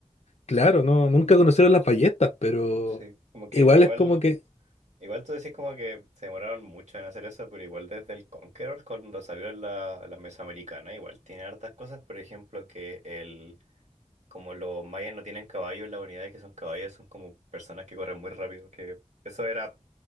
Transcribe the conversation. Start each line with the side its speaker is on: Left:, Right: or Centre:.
Left: claro, no, nunca conocieron las ballestas, pero
Right: Sí, como que
Left: igual
Right: igual,
Left: es como que,
Right: igual tú decís como que se demoraron mucho en hacer eso, pero igual desde el Conqueror, cuando salió en la, la Mesoamericana, igual tiene hartas cosas, por ejemplo, que el Como los mayas no tienen caballos, las unidades que son caballos son como personas que corren muy rápido, que eso era